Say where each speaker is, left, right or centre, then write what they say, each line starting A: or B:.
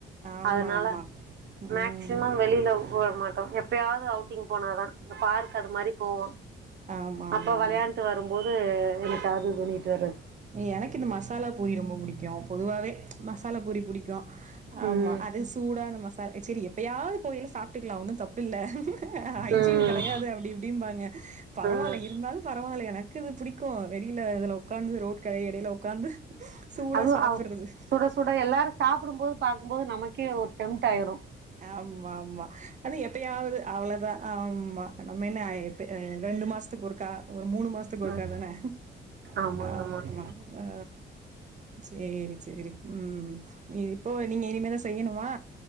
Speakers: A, on the right; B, on the right.
A: ஆமா
B: அதனால
A: ஆமா ம்
B: மேக்ஸிமம் வெளிய இல்ல வரமாட்டோ எப்யாது அவுட்டிங் போனாதா இந்த பார்க் அது மாரி போவோ
A: ஆமா
B: அப்ப
A: ஆமா ஆமா
B: வளையாண் ண்டு வரும்போது எனன டார்ஜர் பன்னிட்டு வர்ரது
A: எனக்கு இந்த மசாலா பூரி ரொம்ப புடிக்கு பொதுவாவே மசாலா பூரி புடிக்கு ஆமா
B: ம்
A: அது சூடான மசால சேரி எப்பயாது போவயலா சாப்புட்டுக்கலா ஒண்ணு தப்பு இல்ல ஹைஜின்
B: ம்
A: கடையாது அப்டி இப்டிம்பாங்க பரவாயில்ல
B: ம்
A: இருந்தாலு பரவாயில்ல எனக்கு இது புடிக்கு வெளியில இதுல உக்காந்து ரோட் கடை யிடையில உக்காந்து சூடா
B: அதுவு
A: சாப்புட்றது.
B: அப் சுட சுட எல்லாரு சாப்புடும்போது பாக்கும்போது நமக்கே ஒரு டெம்ட் ஆயிரு
A: ஆமா ஆமா ஆனா எப்பயாது அவ்ளதா ஆமா நம்ம என்ன எப்ப ரெண்டு மாசத்துக் ஒருக்கா ஒரு மூணு மாசத் துக்கு ஒருக்கா
B: ம்
A: தான
B: ஆமாங்க
A: ஆம்மா அ சேரி சேரி ம் நீ இப்போ நீங்க இனிமே தா செய்யணுமா